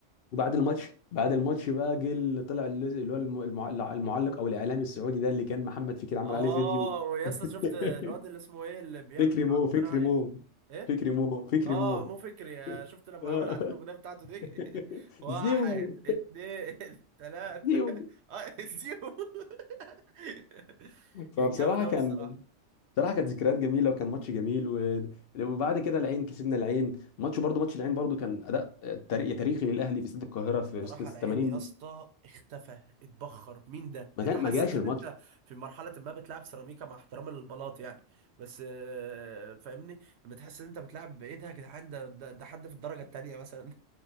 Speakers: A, on the left (about 60°); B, on the right (about 65°).
A: وبعد الماتش بعد الماتش بقى جه اللي طلع اللي اللي هو الم- المع- المعلق او الاعلامي السعودي ده اللي كان محمد
B: <laughs>
A: فكري عمل
B: اه
A: عليه فيديو
B: ويا
A: <laughs>
B: اسطى شفت الواد اللي اسمه ايه اللي بيعمل
A: فكري مو
B: عنده
A: فكري
B: قناة على
A: مو
B: اليوتيوب؟ ايه
A: فكري مو فكري
B: اه
A: مو
B: مو فكري آه، شفت لما
A: آه.
B: عمل عليه الاغنية بتاعته دي
A: <laughs>
B: <laughs> واحد
A: زيو
B: اتنين <laughs> تلاتة
A: زيو
B: اه زيرو <laughs>
A: فبصراحه
B: كان جامد اوي
A: كان
B: الصراحة
A: بصراحه كانت ذكريات جميله وكان ماتش جميل و- وبعد كده العين كسبنا العين ماتش برضو ماتش العين برضو كان اداء آه، تاري- تاريخي للاهلي في استاد القاهره في
B: صراحة
A: وسط 80
B: على عيني يا اسطى اختفى اتبخر مين ده؟
A: ما
B: انت
A: كان
B: حسيت
A: ما جاش
B: ان
A: الماتش
B: انت في مرحلة ما بتلعب سيراميكا مع احترام البلاط يعني بس آه، فاهمني لما تحس ان انت بتلعب بايه ده يا جدعان ده ده ده حد في الدرجة التانية مثلا